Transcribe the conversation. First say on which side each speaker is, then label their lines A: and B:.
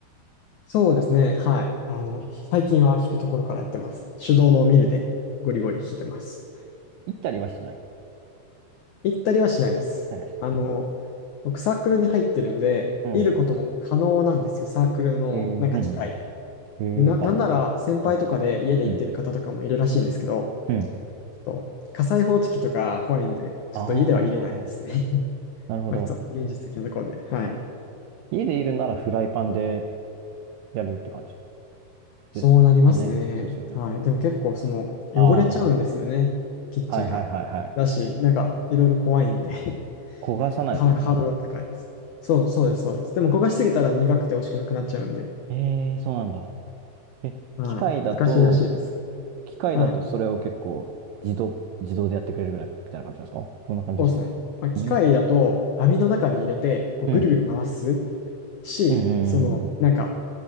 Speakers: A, on the left (about 85°); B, on the right (about 80°).
A: そうですね。はい。あの、最近は引くところからやってます。手動のミルでゴリゴリ引いてます。
B: 行ったりはしない。
A: 行ったりはしないです。
B: 行ったりはし
A: あの、僕サークルに入ってるんで、
B: ない
A: いることも可能なんですよ。サークルのなんか機械で。
B: うん。へえ。うんうんうん。へえ。
A: で、な、なんなら先輩とかで家で行ってる方とかもいるらしいんですけど、
B: あ、うん。うん。うん。
A: ちょっと火災報知器とか怖いんで、ちょっと家では入れないですね。
B: あー。
A: <laughs>
B: なるほど。
A: 割と現実的なところで。はい。
B: 家でいるならフライパンでやるって感じですよね。
A: そうなりますね。
B: そうですよね。
A: はい。でも結構その汚れちゃうんですよね。
B: あー。
A: キッチンが。
B: はいはいはいはい。
A: だし、なんかいろいろ怖いんで、
B: 焦がさないといけない。
A: <laughs> なかなかハードルは高いです。そう、そうです、そうです。でも焦がしすぎたら苦くて美味しくなくなっちゃうんで、
B: えー、そうなんだ。え、
A: はい。
B: 機械だと、
A: 難しいらしいです。
B: 機械だとそれを結構自動、
A: はい。
B: 自動でやってくれるぐらいみたいな感じなんですかどんな感じですか
A: ねまあ、機械だと網の中に入れてこうぐるぐる回す
B: うん。うん。
A: し、
B: うん。
A: その、
B: うん。
A: なんか、